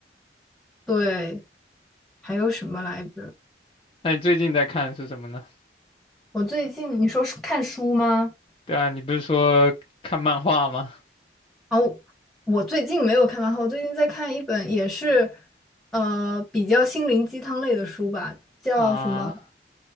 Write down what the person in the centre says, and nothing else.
对，还有什么来着？
我最近你说是看书吗？
哦，我最近没有看漫画，我最近在看一本也是呃比较心灵鸡汤类的书吧，叫什么？